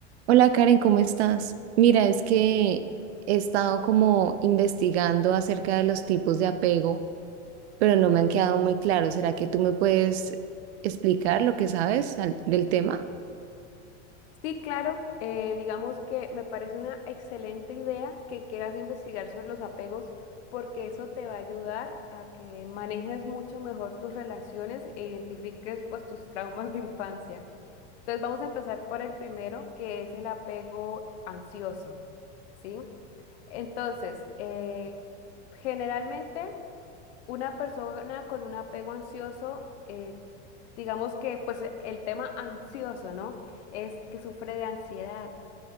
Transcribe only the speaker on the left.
Sí, claro, eh, digamos que me parece una excelente idea que quieras investigar sobre los apegos porque eso te va a ayudar a que manejes mucho mejor tus relaciones e identifiques pues tus traumas de infancia. Entonces vamos a empezar por el primero, que es el apego ansioso, ¿sí? Entonces, eh, generalmente una persona con un apego ansioso, eh, digamos que pues e, el tema ansioso, ¿no? Es que sufre de ansiedad.